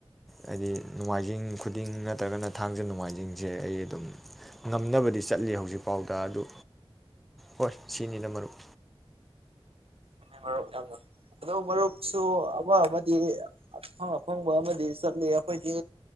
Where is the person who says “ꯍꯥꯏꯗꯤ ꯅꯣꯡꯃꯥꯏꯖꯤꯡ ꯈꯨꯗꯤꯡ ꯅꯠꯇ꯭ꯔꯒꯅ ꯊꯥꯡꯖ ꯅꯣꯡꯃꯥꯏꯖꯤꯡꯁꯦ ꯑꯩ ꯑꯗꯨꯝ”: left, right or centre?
Centre